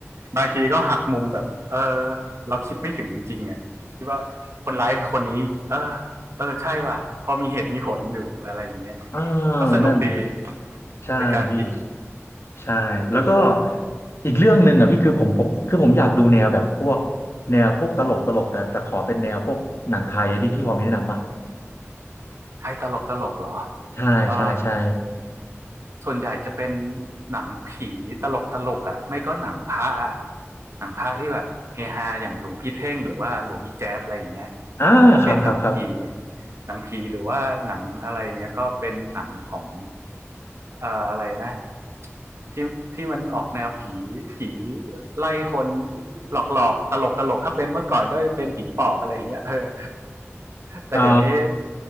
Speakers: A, on the right; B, on the left.
A: บางทีก็หักมุมแบบ เออ เราคิดไม่ถึงจริงๆอ่ะที่ว่าคนร้ายคือคนนี้ เออ เออ ใช่ว่ะพอมีเหตุมีผลอยู่อะไรอย่างเงี้ย
B: อ่า
A: ก็สนุกดี
B: นั่นใช่พี่
A: ในการพลิก
B: ใช่แล้วก็
A: แล้ว
B: อีกเรื่องหนึ่งอ่ะพี่คือผมผมคือผมอยากดูแนวแบบพวกแนวพวกตลกตลกแต่แต่ขอเป็นแนวพวกหนังไทยอะพี่พี่พอมีแนะนำปะ
A: ใช้ตลกตลกเหรอ
B: ใช่ใช่ใช่
A: เออ ส่วนใหญ่จะเป็นหนังผีตลกตลกอ่ะไม่ก็หนังพระอะหนังพระที่แบบเฮฮาอย่างหลวงพี่เท่งหรือว่าหลวงพี่แจ๊สอะไรอย่างเงี้ย
B: อ่าครับครับครับ
A: ถ้าเป็นหนังผีหนังผีหรือว่าหนังอะไรอย่างเงี้ยก็เป็นหนังของเอ่ออะไรนะที่ที่มันออกแนวผีผีไล่คนหลอกหลอกตลกตลกๆถ้าเป็นเมื่อก่อนก็จะเป็นผีปอบอะไรอย่างเงี้ยเออแต่เดี๋ยวนี้
B: อ่า